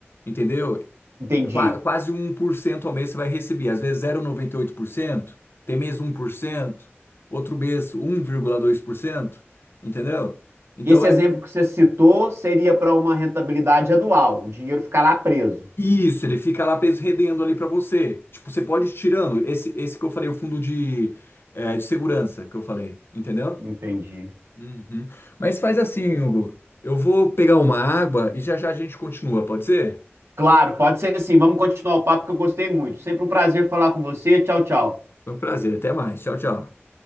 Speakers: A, on the left; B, on the right.
A: Entendeu?
B: Entendi.
A: É Qua- Quase um por cento ao mês você vai receber. Às vezes zero vírgula noventa e oito por cento tem mês um por cento outro mês um vírgula dois por cento entendeu? Então
B: Esse
A: é
B: exemplo que você citou seria para uma rentabilidade anual, o dinheiro ficar lá preso.
A: isso, ele fica lá rendendo ali para você. Tipo, você pode ir tirando esse esse que eu falei, o fundo de, é, de segurança que eu falei, entendeu?
B: Entendi.
A: Uhum. Mas faz assim, Hugo. Eu vou pegar uma água e já já a gente continua, pode ser?
B: Claro, pode ser assim. Vamos continuar o papo que eu gostei muito. Sempre um prazer falar com você. Tchau, tchau.
A: Foi um prazer, até mais. Tchau, tchau.